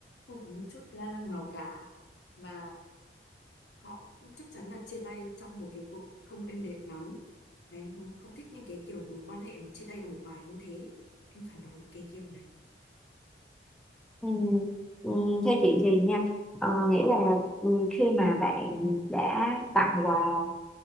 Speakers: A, on the left; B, in the centre.
A: không có một chút ga lăng nào cả và họ cũng chắc chắn là chia tay trong một cái cuộc không êm đẹp lắm và em không thích những cái kiểu mối quan hệ mà chia tay đòi quà như thế em phản đối cái kiểu này
B: ừ, ừ, theo chị thì nha ờ, nghĩ là ừ, khi mà bạn đã tặng quà